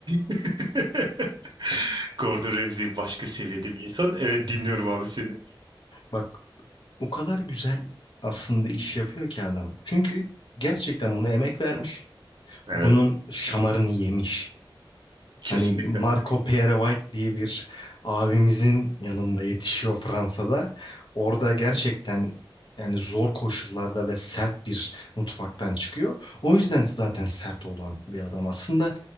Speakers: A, on the right; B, on the left.
A: <laughs> Gordon Ramsay başka seviyede bir insan. Evet dinliyorum abi seni.
B: bak O kadar güzel aslında iş yapıyor ki adam. Çünkü gerçekten buna emek vermiş.
A: Evet.
B: Bunun şamarını yemiş.
A: Kesinlikle.
B: Hani Marco Pierre-White diye bir abimizin yanında yetişiyor Fransa'da. Orada gerçekten yani zor koşullarda ve sert bir mutfaktan çıkıyor. O yüzden zaten sert olan bir adam. Aslında